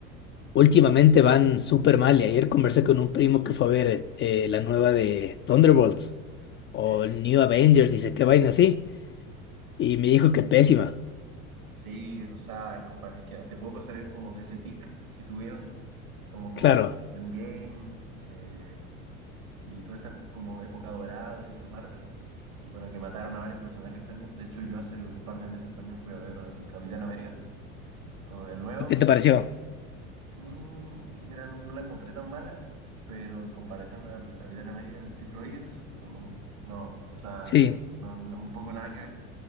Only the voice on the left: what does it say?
últimamente van súper mal. Y ayer conversé con un primo que fue a ver eh, la nueva de Thunderbolts o
New Avengers, dice qué vaina así. y me dijo que pésima.
Claro.
¿Y qué te pareció?
Sí.